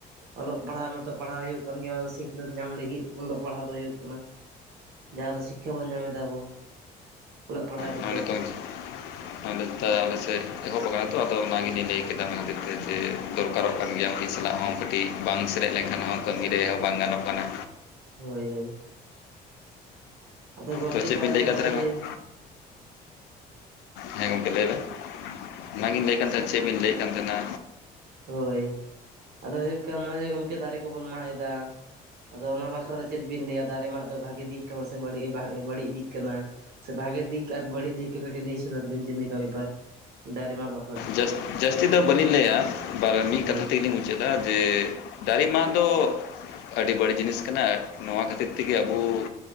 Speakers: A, on the right; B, on the left.
A: ᱚᱞᱚᱜ ᱯᱟᱲᱦᱟᱣ ᱢᱟᱛᱚ ᱯᱟᱲᱦᱟᱣ ᱦᱩᱭᱩᱜ ᱠᱟᱱ ᱜᱮᱭᱟ ᱥᱤᱠᱷᱱᱟᱹᱛ ᱧᱟᱢ ᱞᱟᱹᱜᱤᱫ ᱚᱞᱚᱜ ᱯᱟᱲᱦᱟᱣ ᱫᱚ ᱦᱩᱭᱩᱜ ᱠᱟᱱᱟ ᱡᱟᱦᱟᱸ ᱫᱚ ᱥᱤᱠᱠᱷᱟ ᱵᱚᱱ ᱧᱟᱢ ᱮᱫᱟ ᱟᱵᱚ᱾ ᱚᱞᱚᱜ ᱯᱟᱲᱦᱟᱣ ᱠᱟᱛᱮᱫ
B: ᱱᱚᱜ-ᱚᱭ ᱱᱮᱛᱳᱢ ᱟᱨ ᱱᱮᱛᱟᱨ ᱫᱚ ᱟᱞᱮ ᱥᱮᱫ ᱮᱦᱚᱵ ᱟᱠᱟᱱᱟ ᱛᱚ, ᱟᱫᱚ ᱚᱱᱟᱜᱮᱞᱤᱧ ᱞᱟᱹᱭ ᱠᱮᱫᱟ ᱚᱱᱟ ᱠᱷᱚᱛᱤᱨ ᱛᱮ, ᱡᱮ ᱫᱚᱨᱠᱟᱨᱚᱜ ᱠᱟᱱ ᱜᱮᱭᱟ ᱩᱱᱠᱤᱱ ᱥᱟᱞᱟᱜ ᱦᱚᱸ᱾ ᱠᱟᱹᱴᱤᱡ ᱵᱟᱝ ᱥᱮᱞᱮᱫ ᱞᱮᱱᱠᱷᱟᱱ ᱦᱚᱸ ᱠᱟᱹᱢᱤ ᱨᱮ ᱦᱚᱸ ᱵᱟᱝ ᱜᱟᱱᱚᱜ ᱠᱟᱱᱟ᱾
A: ᱦᱳᱭ ᱦᱳᱭ᱾ ᱟᱫᱚ ᱜᱚᱢᱠᱮ
B: ᱛᱚ ᱪᱮᱫ
A: ᱛᱟᱦᱚᱞᱮ
B: ᱵᱤᱱ ᱞᱟᱹᱭᱮᱫ
A: ᱱᱚᱜᱼᱚᱭ
B: ᱠᱟᱱ ᱛᱟᱦᱮᱱᱟ
A: ᱡᱮ
B: ᱜᱚᱝᱠᱮ? ᱦᱮᱸ ᱜᱚᱢᱠᱮ ᱞᱟᱹᱭ ᱵᱮᱱ ᱚᱱᱟᱜᱤᱧ ᱞᱟᱹᱭᱮᱫ ᱠᱟᱱ ᱛᱟᱦᱮᱱᱟ ᱪᱮᱫ ᱵᱤᱱ ᱞᱟᱹᱭᱮᱫ ᱠᱟᱱ ᱛᱟᱦᱮᱱᱟ?
A: ᱦᱳᱭ ᱟᱫᱚ ᱦᱩᱭᱩᱜ ᱠᱟᱱᱟ ᱱᱚᱜᱼᱚᱭ ᱡᱮ ᱜᱚᱢᱠᱮ ᱫᱟᱨᱮ ᱠᱚᱵᱚᱱ ᱢᱟᱜ ᱮᱫᱟ ᱟᱫᱚ ᱚᱱᱟ ᱵᱟᱠᱷᱨᱟ ᱫᱚ ᱪᱮᱫ ᱵᱤᱱ ᱞᱟᱹᱭᱟ ᱫᱟᱨᱮ ᱢᱟ ᱫᱚ ᱵᱷᱟᱜᱤ ᱫᱤᱠ ᱠᱟᱱᱟ ᱥᱮ ᱵᱟᱹᱲᱤᱡ ᱮᱸ ᱵᱷᱟᱜ ᱮᱸ ᱵᱟᱹᱲᱤᱡ ᱫᱤᱠ ᱠᱟᱱᱟ? ᱥᱮ ᱵᱷᱟᱜᱮ ᱫᱤᱠ ᱟᱨ ᱵᱟᱲᱤᱡ ᱫᱤᱠ ᱠᱚ ᱠᱟᱹᱴᱤᱡ ᱞᱟᱹᱭ ᱥᱚᱫᱟᱨ ᱵᱤᱱ ᱡᱮᱞᱮᱠᱟ. ᱵᱮᱯᱟᱨ ᱫᱟᱨᱮ ᱢᱟᱜ ᱵᱟᱠᱷ
B: ᱡᱟᱥ ᱡᱟᱹᱥᱛᱤ ᱫᱚ ᱵᱟᱹᱞᱤᱧ ᱞᱟᱹᱭᱮᱫ-ᱟ, ᱵᱟᱨᱮ ᱢᱤᱫ
A: ᱦᱳᱭ
B: ᱠᱟᱛᱷᱟ ᱛᱮᱜᱮ ᱞᱤᱧ ᱢᱩ ᱪᱟᱹᱫᱟ ᱡᱮ ᱫᱟᱨᱮ ᱢᱟᱜ ᱫᱚ ᱟᱹᱰᱤ ᱵᱟᱹᱲᱤᱡ ᱡᱤᱱᱤᱥ ᱠᱟᱱᱟ ᱱᱚᱣᱟ ᱠᱷᱟᱹᱛᱤᱨ ᱛᱮᱜᱮ ᱟᱵᱚ